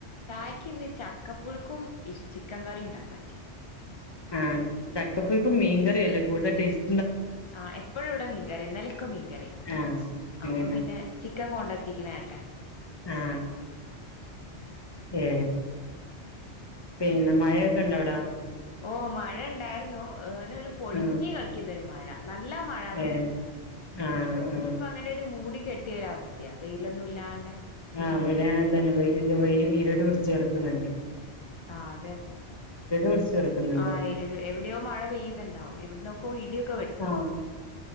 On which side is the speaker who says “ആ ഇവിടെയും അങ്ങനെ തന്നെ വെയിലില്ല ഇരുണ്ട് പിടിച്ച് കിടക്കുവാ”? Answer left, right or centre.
Left